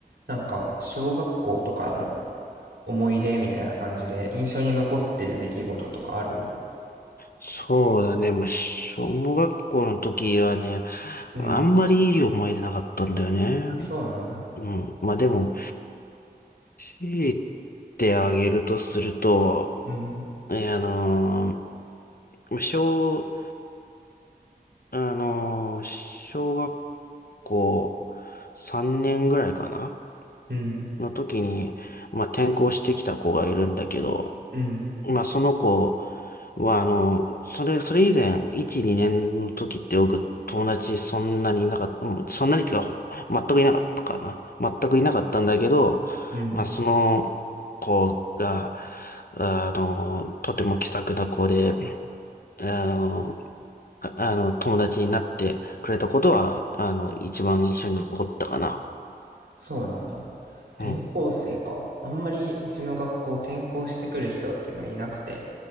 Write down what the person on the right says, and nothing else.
なんか小学校とかの思い出みたいな感じで印象に残ってる出来事とかある
うん。
あ、そうなんだ。
うん、
うん、
うん、
うん。
そうなんだ。転校生か。
あんまりうちの学校転校してくる人っていうのはいなくて、